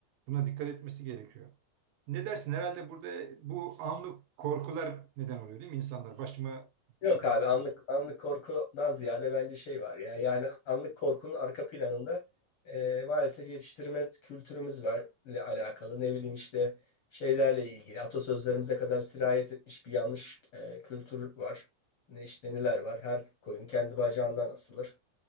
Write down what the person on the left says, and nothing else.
Yok
abi
anlık
anlık korkudan ziyade bence şey var ya yani anlık korkunun arka planında e, maalesef yetiştirme kültürümüzle alakalı ne bileyim işte şeylerle ilgili atasözlerimize kadar sirayet etmiş bir yanlış e, kültür var. Ne işte neler var her koyun kendi bacağından asılır.